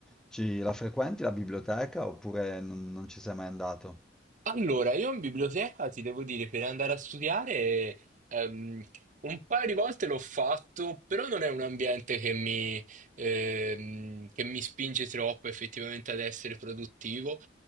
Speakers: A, in the centre; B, on the right.
A: ci- la frequenti la biblioteca oppure non non ci sei mai andato?
B: Allora, io in biblioteca ti devo dire, per andare a studiare, ehm, un paio di volte l'ho fatto, però non è un ambiente che mi, ehm, che mi spinge troppo effettivamente ad essere produttivo.